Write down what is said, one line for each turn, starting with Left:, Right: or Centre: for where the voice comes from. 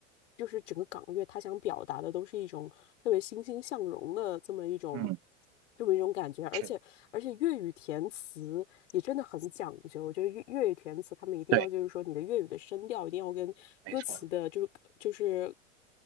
Left: 就是整个港乐，他想表达的都是一种特别欣欣向荣的这么一种。
Right: 嗯，
Left: 这么一种感觉，而且而且粤语填词也真的很讲究，
Right: 是，
Left: 就是粤粤语填词，他们一定要就是说你的粤语的声调一定要跟歌词的，
Right: 对，没错，
Left: 就是就是